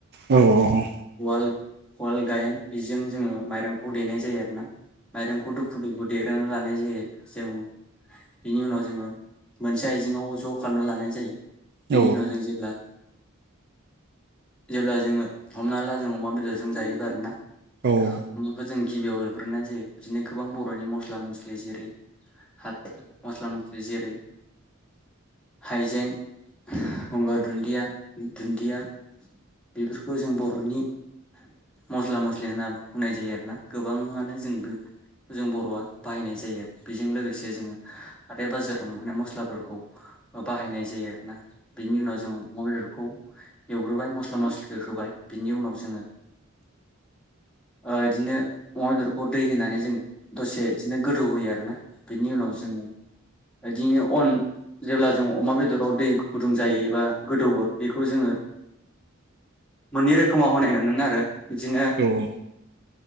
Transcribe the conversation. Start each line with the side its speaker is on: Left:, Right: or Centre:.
Right: औ औ औ
Centre: उवाल उवाल गायेन बेजों जोङो माइरंखौ देनाय जायो आरो ना माइरंखौ दुफु दुफु देग्रोनानै लानाय नाय जायो। जों बिनि उनाव जोङो मोनसे आइजेङाव ज' खालामना लानाय जायो।
Right: औ
Centre: बिनि उनाव जों जेब्ला जेब्ला जोङो हमना ला जों अमा बेदरजों जायोबो आरोना
Right: औ औ
Centre: अमाखौ जों गिबियाव एवग्रोनन्नाइ जायो बिदिनो गोबां बरनि मस्ला मस्लि गेजेरै हाथ मस्ला मस जेरै हाइजें गंगार दुन्दिया दुन्दिया बेफोरखौ जों बरनि मस्ला मस्लि होनना बुंनाय जायो आरोना गोबाङानो जों गो जों बरआ बाहायनाय जायो आरो बेजों लोगोसे जोङो बे बाजाराव मोनहनाय मस्लाफोरखौ बाहायनाय जायो आरोना बिनि उनाव जों अमाबेदरखौ एवग्रोबाय मस्ला मस्लिखौ होबाय बिनि उनाव जोङो ओ बिदिनो अमा बेदरखौ दै होनानै जों दसे बिदिनो गोदौ होयो आरो ना बिनि उनाव जों बिदिनो अन जेब्ला जों अमा बेदराव दै गुदुं जायो एबा गोदौवो बेखौ जोङो मोननै रोखोमाव होनाय नुनो मोनो आरो बिदिनो
Right: औ औ